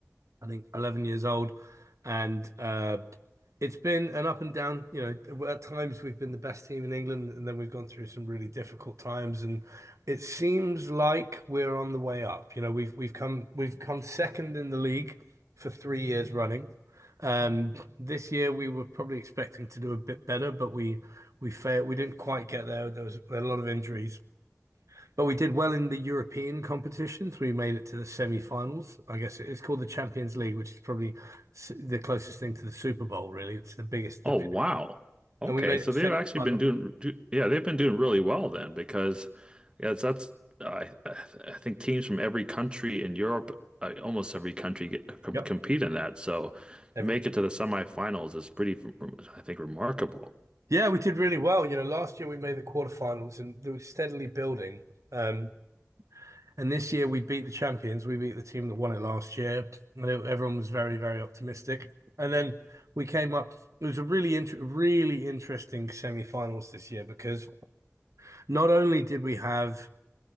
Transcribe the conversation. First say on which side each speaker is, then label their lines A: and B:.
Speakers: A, on the right (about 70°); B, on the right (about 20°).
A: I think 11 years old, and uh, it's been an up and down, you know, at times we've been the best team in England, and then we've gone through some really difficult times, and it seems like we're on the way up. You know, we've we've come we've come second in the league for three years running. Um, this year we were probably expecting to do a bit better, but we we failed. We didn't quite get there. There was a lot of injuries, but we did well in the European competitions. We made it to the semi-finals. I guess it's called the Champions League, which is probably s- the closest thing to the Super Bowl, really. It's the biggest, the
B: Oh,
A: pin-
B: wow. Okay,
A: and we made
B: so
A: the semi-final.
B: they've actually been doing, do, yeah, they've been doing really well then because, yeah, it's- that's I I think teams from every country in Europe, uh, almost every country get, com
A: Yep,
B: compete in that. So
A: every
B: to make it to the semifinals is pretty, I think, remarkable.
A: yeah, we did really well. You know, last year we made the quarterfinals, and they were steadily building. Um, and this year we beat the champions. We beat the team that won it last year, and it- everyone was very, very optimistic. And then we came up. It was a really, int really interesting semi-finals this year because not only did we have